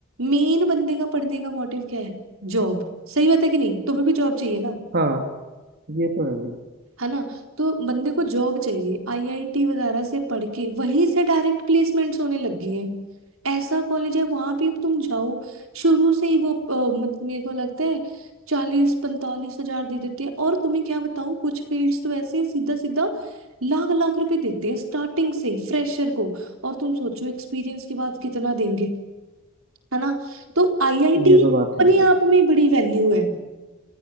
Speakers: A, on the right (about 80°); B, on the right (about 50°).
A: मेन बंदे का पढ़ने का मोटिव क्या है जॉब सही बात है कि नहीं तुम्हें भी जॉब चाहिए ना
B: हाँ ये तो है ये
A: है ना तो बंदे को जॉब चाहिए आईआईटी वगैरह से पढ़ के वहीं से डायरेक्ट प्लेसमेंट्स होने लग गई हैं ऐसा कॉलेज है वहां भी अब तुम जाओ शुरू से ही वो अ, मत- मेरे को लगता है चालीस पैंतालीस हजार दे देते हैं और तुम्हें क्या बताऊं कुछ फील्ड्स तो ऐसे सीधा सीधा लाख लाख रुपए देते हैं स्टार्टिंग से ही फ्रेशर को और तुम सोचो एक्सपीरियंस के बाद कितना देंगे है ना तो आईआईटी
B: ये
A: अपने
B: तो बात है वैसे
A: आप में बड़ी वैल्यू है